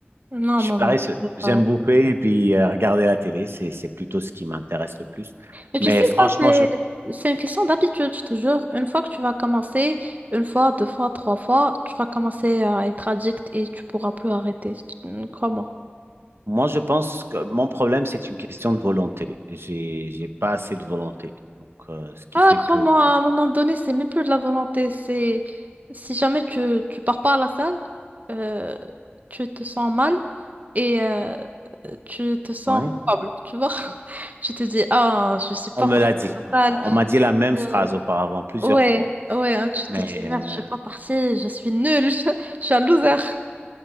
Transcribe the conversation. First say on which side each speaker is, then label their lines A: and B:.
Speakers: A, on the right; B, on the right.
A: Non,
B: Je
A: non,
B: suis paresseux.
A: non, faudrait
B: J'aime
A: pas.
B: bouffer et puis euh, regarder la télé, c'est, c'est plutôt ce qui m'intéresse le plus.
A: Mais tu
B: Mais
A: sais,
B: franchement,
A: ça, c'est,
B: je
A: c'est une question d'habitude, je te jure. Une fois que tu vas commencer, une fois, deux fois, trois fois, tu vas commencer à être addict et tu pourras plus arrêter. Crois-moi.
B: Moi, je pense que mon problème, c'est une question de volonté. J'ai, j'ai pas assez de volonté. Donc, euh, ce qui
A: Ah,
B: fait
A: crois-moi,
B: que,
A: à un moment donné, c'est même plus de la volonté. C'est si jamais tu, tu pars pas à la salle, euh, tu te sens mal et euh, tu te sens
B: ouais,
A: coupable, tu vois? <laughs> Tu te dis, ah, je suis pas
B: on me
A: partie
B: l'a dit.
A: à
B: On
A: la salle.
B: m'a dit la même
A: Euh,
B: phrase auparavant, plusieurs
A: ouais,
B: fois.
A: ouais, hein, tu
B: Mais
A: te dis, merde,
B: euh,
A: je suis pas partie, je suis nulle, <laughs> je suis un loser.